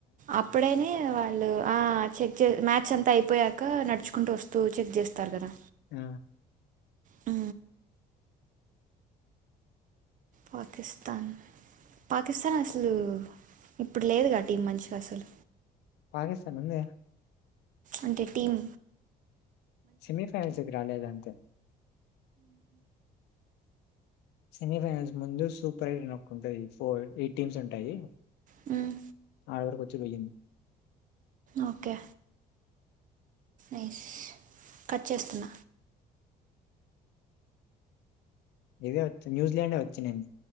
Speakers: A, on the right; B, on the left.
A: అప్పుడైనే వాళ్ళు ఆ చెక్ చే మ్యాచ్ అంతా అయిపోయా ఇంకా నడుచుకుంటూ వస్తూ చెక్ చేస్తారు కదా
B: ఆ
A: ఆ పాకిస్తాన్ పాకిస్తాన్ అసలు ఇప్పుడు లేదు గా టీం మంచిగా అసలు
B: పాకిస్తాన్ ఉందే
A: అంటే టీమ్
B: సెమీఫైనల్స్ కి రాలేదు అంతే సెమీఫైనల్స్ ముందు సూపర్ ఎయిట్ అని ఒక ఉంటుంది ఫోర్ ఎయిట్ టీమ్స్ ఉంటాయి
A: హ్మ్
B: ఆడవరకు వచి పోయింది
A: ఓకే ఎస్ కట్ చేస్తున్న
B: ఇదే చ్ న్యూల్యాండ్డ్ ఏ వచ్చినుంది